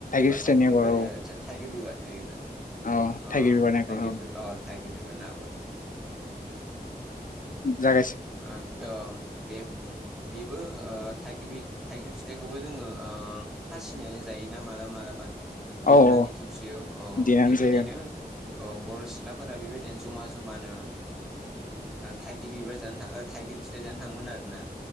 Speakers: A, on the left; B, in the centre.
A: फिथाइनि
B: अ थाइगिर
A: आगर
B: बिबार
A: औ
B: थाइगिर बिबार। थाइगिर बिबार
A: औ
B: अ
A: थाइगिर बिबारनि आगर
B: थाइ बि
A: औ
B: अ थाइगिर बि आरो ना
A: जागासि
B: आ ओं बे बेबो ओ थाइगिबि-थाइगिर फिथाइखौबो जोङो थासिनानै जायोना मालाबा मालाबा। देनानै
A: औ औ
B: थौबसियाव अ
A: देनानै
B: बेबायदिनो
A: जायो
B: औ बर' सिख्लाफोरा बेबायदिनो जमा जमानो थाइगिर बिबार जानो थां थाइगिर फिथाइ जानो थाङोमोन आरोना